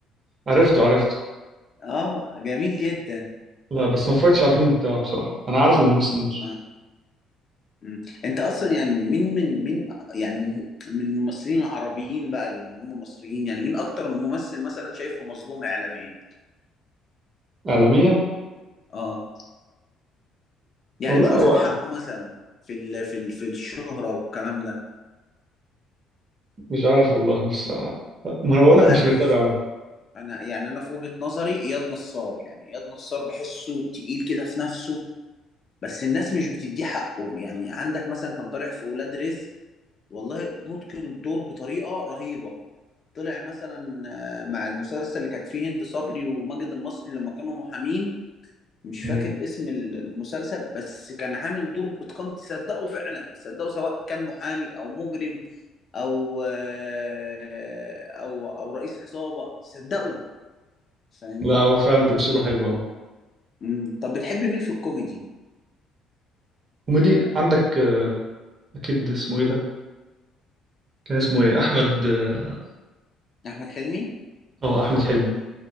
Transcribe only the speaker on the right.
عرفته عرفته
لا بس ما اتفرجتش على الفيلم بتاعه بصراحة انا عارف الممثل نفسه
اعلاميا
والله
هو
مش عارف والله بس ما انا بقول
لك مش
متابع أوي.
مم.
لا هو فعلا تمثيله حلو اه
كوميدي عندك آه، اكيد اسمه ايه ده كان اسمه ايه احمد اه
آه، احمد حلمي